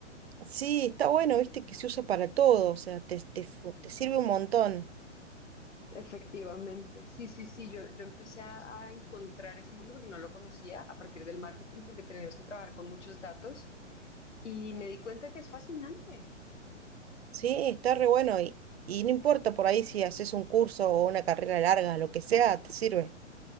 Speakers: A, on the right (about 55°); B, on the left (about 70°).
A: Sí, está bueno, viste que se usa para todo, o sea, te, te fu- te sirve un montón.
B: Efectivamente, sí, sí, sí, yo, yo empecé a, a encontrar ese mundo porque no lo conocía a partir del marketing porque tenemos que trabajar con muchos datos y me di cuenta que es fascinante.
A: Sí, está re bueno y, y no importa por ahí si haces un curso o una carrera larga, lo que sea, te sirve.